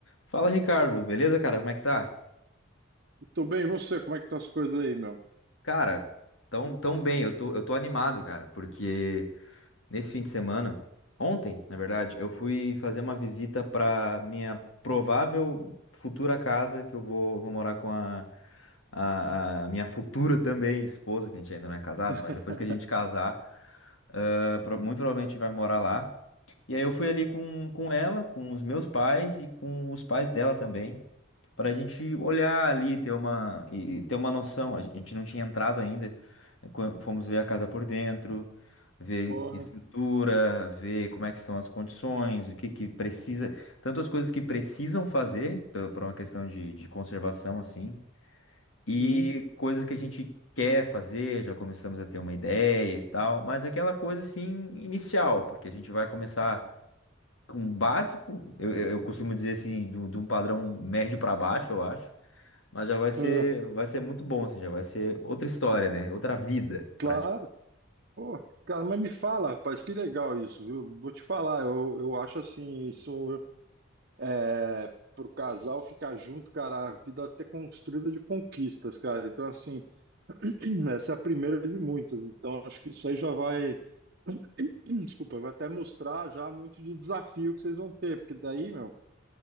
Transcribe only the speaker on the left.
Fala, Ricardo, beleza, cara? Como é que tá?
Cara, tão, tão bem, eu tô, eu tô animado, cara, porque nesse fim de semana, ontem, na verdade, eu fui fazer uma visita pra minha provável futura casa, que eu vou, vou morar com a, a, a minha futura também esposa, que a gente ainda não é casado,
mas depois que a gente casar. Ela pro- muito provavelmente vai morar lá. E aí eu fui ali com, com ela, com os meus pais e com os pais dela também, para a gente olhar ali, ter uma, e e ter uma noção. A gente não tinha entrado ainda, né, quan- fomos ver a casa por dentro, ver
estrutura, ver como é que são as condições, o que que precisa, tanto as coisas que precisam fazer, pe- por uma questão de, de conservação, assim, e
coisas que a gente quer fazer, já começamos a ter uma ideia e tal, mas aquela coisa assim inicial, porque a gente vai começar com o básico, eu, eu- eu costumo dizer assim, do- de um padrão médio para baixo, eu acho, mas já vai ser,
vai ser muito bom, assim, já vai ser outra história, né? Outra vida,
prática.